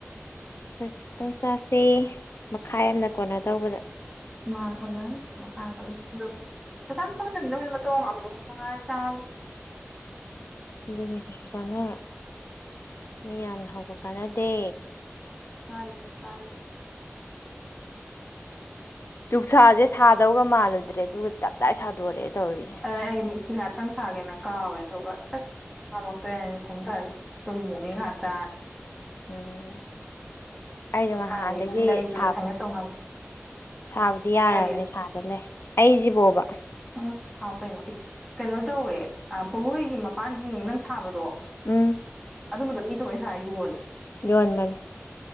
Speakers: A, on the left; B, in the centre.
A: ꯍꯛꯇꯪ ꯆꯁꯤ ꯃꯈꯥꯏ ꯑꯃꯥꯅ ꯀꯣꯟꯅ ꯇꯧꯕꯗ
B: ꯃꯈꯥ ꯈꯨꯣꯟꯅꯟ ꯃꯈꯥ ꯑꯗꯨꯝ ꯄꯩꯁꯥ ꯆꯥꯗꯅꯤ ꯃꯇ ꯑꯃꯉꯥꯏ ꯆꯥꯕ
A: ꯑꯗꯨꯅꯦ ꯀꯩꯁꯨ ꯆꯥꯟꯅ ꯃꯤ ꯌꯥꯝꯅ ꯍꯧꯕ ꯀꯥꯟꯅꯗꯦ
B: ꯀꯥꯟꯗꯦ ꯀꯥꯟꯗꯦ
A: ꯅꯨꯡꯁꯥꯁꯦ ꯁꯥꯗꯧꯒ ꯃꯥꯜꯂꯨꯗ꯭ꯔꯦ ꯑꯗꯨꯒ ꯇꯞꯇꯥꯏ ꯁꯥꯗꯣꯔꯛꯑꯦ ꯇꯧꯔꯤꯁꯦ
B: ꯑ ꯑꯩ ꯐꯤ ꯉꯥꯛꯇꯪ ꯁꯥꯒꯦꯅ ꯀꯥꯎꯔꯦꯗꯤ ꯑꯗꯨꯒ ꯑꯁ ꯉꯝꯃꯛꯇ꯭ꯔꯦꯅ ꯀꯨꯝꯊꯔꯦ ꯇꯨꯝꯃꯨꯒꯤ ꯉꯥꯛꯇꯅ
A: ꯎꯝ ꯑꯩꯗꯨ
B: ꯑꯗꯨ
A: ꯅꯍꯥꯟꯗꯒꯤ
B: ꯀꯥꯏꯗꯒꯤ ꯂꯩꯒ
A: ꯁꯥꯕ
B: ꯂꯣꯏꯁꯟꯒꯦ ꯇꯧ ꯉꯝꯗꯦ
A: ꯁꯥꯕꯗꯤ ꯌꯥꯔꯕꯅꯤ
B: ꯀꯔꯤ
A: ꯁꯥꯗꯅ ꯂꯩ ꯑꯩ ꯖꯤꯕꯣꯕꯥ
B: ꯎ ꯁꯥꯎ ꯀꯩꯅꯣ ꯏ ꯀꯩꯅꯣ ꯇꯧꯋꯦ ꯄꯣꯂꯣꯏꯒꯤ ꯃꯄꯥꯟꯒꯤ ꯅꯪ ꯁꯥꯕꯗꯣ
A: ꯎꯝ
B: ꯑꯗꯨꯝꯕꯗꯣ ꯃꯤ ꯊꯣꯛꯏ ꯁꯥꯥ ꯌꯣꯜꯂꯦ
A: ꯌꯟꯕꯅꯤ